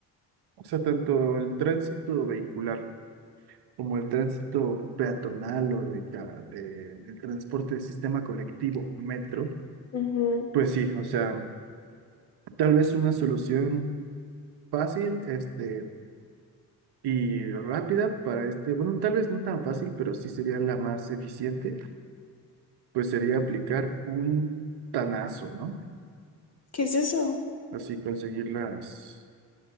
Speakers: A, on the right; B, on the left.
A: o sea, tanto el tránsito vehicular como el tránsito peatonal o de, ca- de- el transporte de sistema colectivo, metro,
B: Ujú.
A: pues sí, o sea. Tal vez una solución fácil, este, y rápida para este, bueno, tal vez no tan fácil, pero sí sería la más eficiente, pues sería aplicar un tanazo, ¿no?
B: ¿Qué es eso?
A: Así conseguir las,